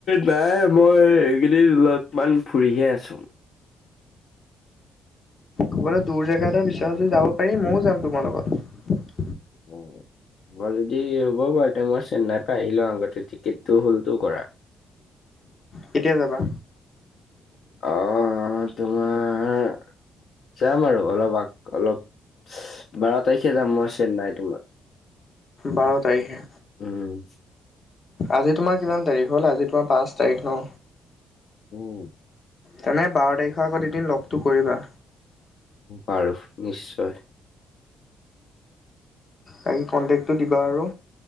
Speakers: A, on the left; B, on the left.
A: নাই মই এই কেদিন অলপমান ফুৰিহে আছো।
B: ক'বলৈ দূৰ জেগা এটা বিচাৰচো যাব পাৰিম ময়ো যাম তোমাৰ লগত।
A: উম হয় যদি হ'ব বাৰু তে মই চেন্নাইৰ পৰা আহিলও আগতে টিকেতটো হ'লতো কৰা
B: কেতিয়া যাবা
A: অহ তোমাৰ যাম আৰু অলপ আ অলপ বাৰ তাৰিখে যাম মই চেন্নাই তোমাৰ
B: বাৰ তাৰিখে
A: উম,
B: আজি তোমাৰ কিমান তাৰিখ হ'ল আজি তোমাৰ পাঁচ তাৰিখ ন
A: উম।
B: তেনে বাৰ তাৰিখৰ আগত এদিন লগটো কৰিবা।
A: বাৰু নিশ্চয়
B: তাকে কণ্টেক্টটো দিবা আৰু